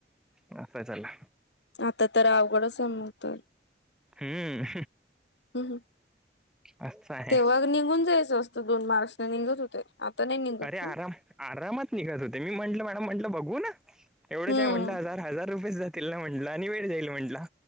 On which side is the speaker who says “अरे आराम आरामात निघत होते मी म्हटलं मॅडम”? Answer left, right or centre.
Centre